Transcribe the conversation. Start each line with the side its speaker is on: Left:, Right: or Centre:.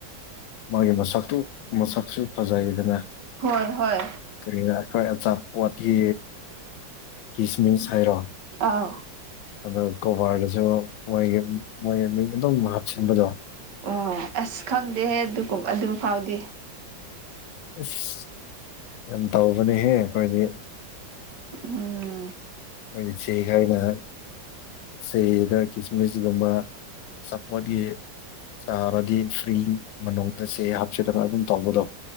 Left: ꯃꯥꯒꯤ ꯃꯁꯛꯇꯨ ꯃꯁꯛꯁꯨ ꯐꯖꯩꯗꯅ
Right: ꯍꯣꯏ ꯍꯣꯏ
Left: ꯀꯔꯤꯅ ꯑꯩꯈꯣꯏ ꯑꯆꯥꯄꯣꯠꯀꯤ ꯀꯤꯁꯃꯤꯁ ꯍꯥꯏꯔꯣ
Right: ꯑꯧ
Left: ꯑꯗ ꯀꯕꯥꯔꯗꯁꯨ ꯃꯣꯏꯒꯤ ꯃꯣꯏꯒꯤ ꯃꯤ ꯑꯗꯨꯝ ꯃꯍꯞ ꯁꯤꯟꯕꯗꯣ
Right: ꯑꯣ ꯑꯁ ꯈꯪꯗꯦꯍꯦ ꯑꯗꯨꯒ ꯑꯗꯨ ꯐꯥꯎꯗꯤ
Left: ꯑꯁ ꯌꯥꯝ ꯇꯧꯕꯅꯦꯍꯦ ꯑꯩꯈꯣꯏꯗꯤ
Right: ꯎꯝ
Left: ꯑꯗꯨꯗꯤ ꯆꯩꯈꯅ ꯁꯤꯗ ꯀꯤꯁꯃꯤꯁꯒꯨꯝꯕ ꯆꯄꯣꯠꯀꯤ ꯆꯥꯔꯗꯤ ꯐ꯭ꯔꯤ ꯃꯅꯨꯡꯗ ꯆꯦ ꯍꯥꯞꯆꯤꯜꯂꯒ ꯑꯗꯨꯝ ꯇꯧꯕꯗꯣ